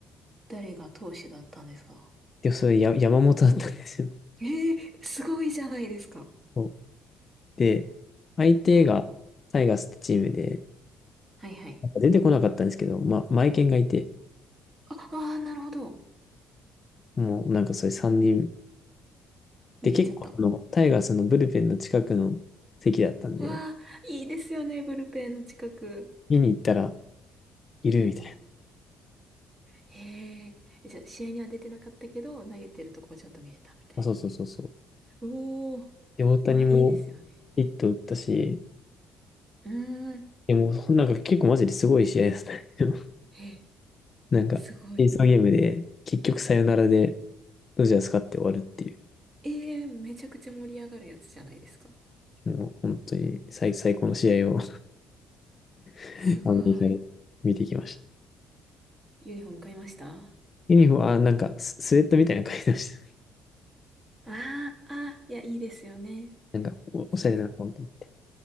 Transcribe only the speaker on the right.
誰が投手だったんですか
ええすごいじゃないですか。
はい。はいはい。
あ、ああ、なるほど。
見れちゃった。
わあ、いいですよね、ブルペンの近く。
うんうんへえ。えじゃあ、試合には出てなかったけど、投げてるとこちょっと見えたみたいな。
おー。
わ、いいですよね。
うーん。
え、
すごい。
ええ、めちゃくちゃ盛り上がるやつじゃないですか。
すごい。
ユニフォーム買いましたあ
ああーいや、いいですよね。
その、